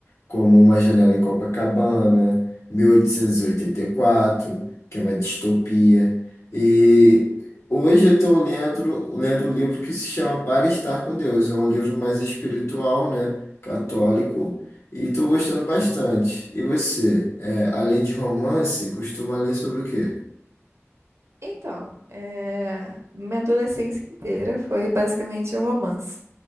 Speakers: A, on the left (about 70°); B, on the right (about 65°).
A: como Uma Janela em Copacabana, mil oitocentos e e oitenta e quatro que é uma distopia. E hoje eu estou lendo, lendo um livro que se chama Para Estar com Deus. É um livro mais espiritual, né? Católico e tô gostando bastante. E você, é, além de romance, costuma ler sobre o quê?
B: Então, eh, minha adolescência inteira foi basicamente romance.